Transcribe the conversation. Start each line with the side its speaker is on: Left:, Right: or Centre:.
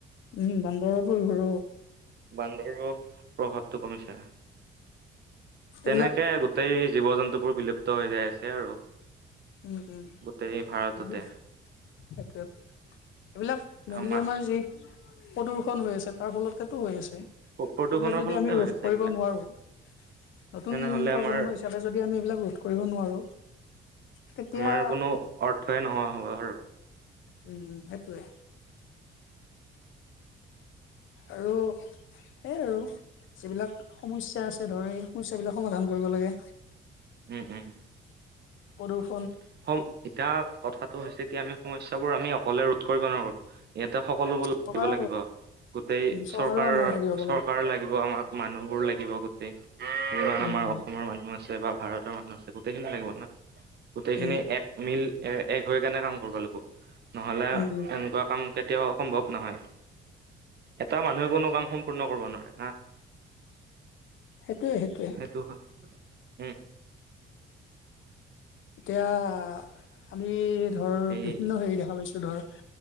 Left: উম বান্দৰ পৰিব আৰু।
Right: বান্দৰো প্ৰভাৱটো কমিছে।
Left: এইবিলাক
Right: তেনেকে গোটেই জীৱ জন্তুবোৰ বিলুপ্ত হৈ যাই আছে আৰু
Left: উম উম
Right: গোটেই ভাৰততে।
Left: যদি সেইটোৱে এইবিলাক
Right: এতিয়া
Left: মেইনলি
Right: মাছ
Left: আমাৰ যি প্ৰদূৰ্ষন হৈ আছে তাৰ ফলতে হৈ আছে এইবিলাক
Right: প্ৰদূষণৰ
Left: যদি
Right: ফলতে
Left: আমি
Right: হৈ
Left: ৰোধ
Right: আছে
Left: কৰিব
Right: এইগিলাক
Left: নোৱাৰো নতুন
Right: তেনেহলে
Left: প্ৰজন্ম
Right: আমাৰ
Left: হিচাপে যদি আমি এইবিলাক ৰোধ কৰিব নোৱাৰো তেতিয়া
Right: আমাৰ কোনো অৰ্থই নোহোৱা হ'ব আৰু।
Left: উম সেইটোৱে। আৰু সেই আৰু। যিবিলাক সমস্যা আছে ধৰ সুছ সমস্যাবিলাক সমাধান কৰিব লাগে।
Right: উম উম
Left: পদুষ।
Right: <inaudible> এতিয়া কথাটো হৈছে কি আমি সমস্যাবোৰ আমি অকলে ৰোধ কৰিব নোৱাৰো ইয়াত। এতিয়া সকলোবো লাগিব
Left: চৰকাৰৰ
Right: লাগিব। গোটেই
Left: চৰকাৰো
Right: চৰকাৰ
Left: আমাৰ হেৰি হ'ব
Right: চৰকাৰ লাগিব আমাক মানুহবোৰ লাগিব গ। তে যিমান
Left: উম, উম,
Right: আমাৰ অসমৰ মানুহ আছে বা ভাৰতৰ মানুহ আছে গোটেইখিনি লাগিব না। গোটেইখিনি
Left: উম,
Right: এক মিল এক হৈ কেনে কাম কৰিব লাগিব নহ'লে
Left: উম, উম,
Right: এনেকুৱা কাম। এতিয়াও সম্ভৱ নহয় এটা মানুহে কোনো কাম সম্পূৰ্ণ কৰিব নোৱাৰে হা।
Left: সেইটোৱে সেইটোৱে।
Right: সেইটো হয় উম।
Left: এতিয়া আমি ধৰ
Right: এই
Left: বিভিন্ন হেৰি দেখা পাইছো ধৰ।